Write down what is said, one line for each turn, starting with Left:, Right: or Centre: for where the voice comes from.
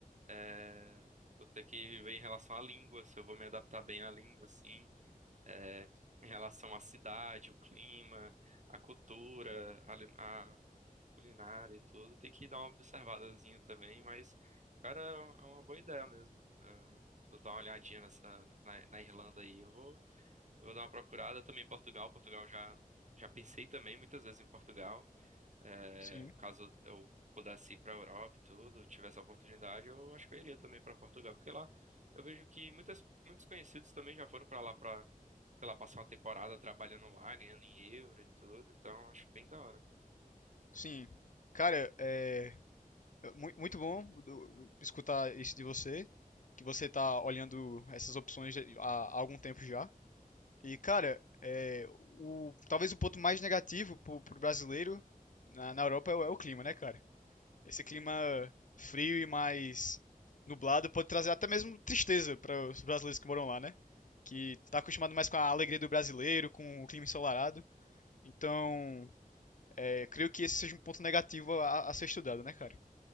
Right: É, eu tenho que ver em relação à língua, se eu vou me adaptar bem à língua, assim é, em relação à cidade, o clima, a cultura, a, li- a culinária e tudo. Tem que dar uma observadazinha também, mas, cara, é um, é uma boa ideia mesmo. É, Vou dar uma olhadinha nessa, na, na Irlanda aí. Eu vou, eu vou dar uma procurada também em Portugal. Portugal já, já pensei também muitas vezes em Portugal. É,
Left: Sim.
Right: caso eu pudesse ir para a Europa e tudo, tivesse a oportunidade, eu acho que eu iria também para Portugal, porque lá eu vejo que muitas, muitos conhecidos também já foram para lá para, sei lá, passar uma temporada trabalhando lá, ganhando em euro e tudo, então eu acho bem da hora.
Left: Sim. Cara, é mu- muito bom do- escutar isso de você, que você tá olhando essas opções de- há, há algum tempo já. E, cara, é, o, talvez o ponto mais negativo pro, pro brasileiro na, na Europa é o, é o clima, né, cara? Esse clima frio e mais nublado pode trazer até mesmo tristeza para os brasileiros que moram lá, né? Que tá acostumado mais com a alegria do brasileiro, com o clima ensolarado. Então, é, creio que esse seja um ponto negativo a, a ser estudado, né, cara?